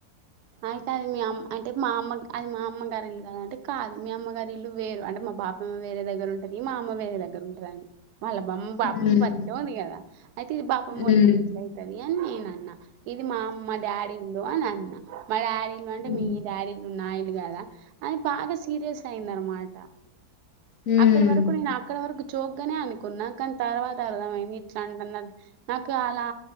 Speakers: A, on the right; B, on the left.
A: అయితే అది మీ అమ్మ అంటే మా అమ్మ అది మా అమ్మగారి ఇల్లు కదా అంటే కాదు మీ అమ్మగారి ఇల్లు వేరు అంటే మా బాపమ్మ వేరే దగ్గర ఉంటుంది మా అమ్మ వేరే దగ్గర ఉంటాదండి మళ్ళ బం బాపమ్మ
B: మ్మ్
A: బతికే ఉంది కదా అయితే ఇది బాపమ్మ
B: మ్మ్
A: వాళ్లు ఇల్లు ఎట్లా అయితది అని నేన అన్న ఇది మా అమ్మ డాడీ ఇల్లు అని అన్నా మ డాడీ ఇల్లు అంటే
B: మ్మ్
A: మీ డాడీ ఇల్ నాయిలు కదా అని బాగా సీరియస్ అయింది అన్నమాట
B: మ్మ్
A: అక్కడ వరకు నేను అక్కడ వరకు చోగ్గానే అనుకున్నా కన్ తర్వాత అర్థమైంది ఇట్లాంటన్నరూ నాకు అలా